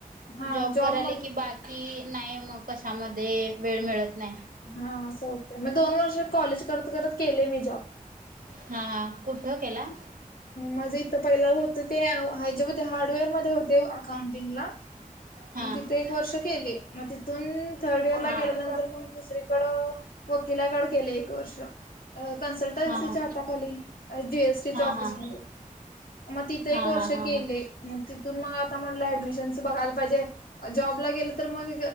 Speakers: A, on the left; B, on the right.
A: हा
B: जॉब कराले
A: म
B: की बाकी की नाही मग कशामध्ये वेळ मिळत नाही.
A: हां मग असं होतंय मग दोन वर्ष कॉलेज करत करत केले, मी जॉब
B: हा हा कुठं केला?
A: माझं इथं पहिलं होत ते ह्याच्या मध्ये हार्डवेअर मध्ये होते अकाउंटिंगला.
B: हा
A: म तिथे एक वर्ष केली मग तिथून थर्डइयर
B: हा
A: ला गेल्यानंतर
B: हा
A: तर मग दुसरीकड वकिलाकडं केल मग एक वर्ष, कॉन्सलटिंग कॅन्सलिटिंग
B: हा
A: च्या हाताखाली खाली जीएसटीच्या
B: हा
A: ऑफिस
B: हा
A: म मग तिथ एक वर्ष
B: हा हा
A: केले.
B: हा
A: मग तिथून मग आता म्हटलं ऍडमिशनच बघायला पाहिजे. जॉबला गेलं तर मग